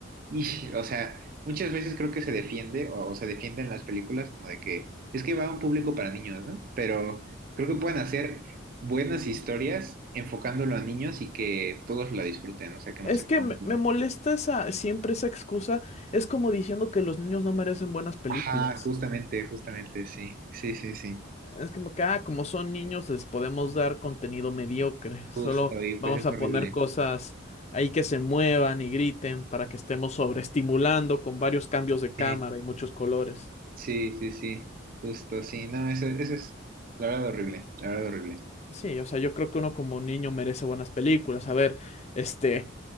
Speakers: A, on the right; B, on the left.
A: Y, o sea, muchas veces creo que se defiende o, o se defiende en las películas como de que es que va a un público para niños, ¿no? Pero creo que pueden hacer buenas historias enfocándolo a niños y que todos la disfruten, o sea, que no
B: Es
A: se
B: que
A: como...
B: me,
A: muy-
B: me molesta esa, siempre esa excusa. Es como diciendo que los niños no merecen buenas películas.
A: Ajá, justamente, justamente, sí, sí, sí, sí,
B: Es como que, ah, como son niños, les podemos dar contenido mediocre. Solo
A: justo, y
B: vamos
A: pues es
B: a
A: horrible.
B: poner cosas ahí que se muevan y griten para que estemos sobreestimulando con varios cambios de cámara
A: Sí,
B: y muchos colores.
A: sí, sí, sí, justo, sí, no, eso, eso es la verdad horrible, la verdad horrible.
B: Sí, o sea, yo creo que uno como niño merece buenas películas. A ver, este,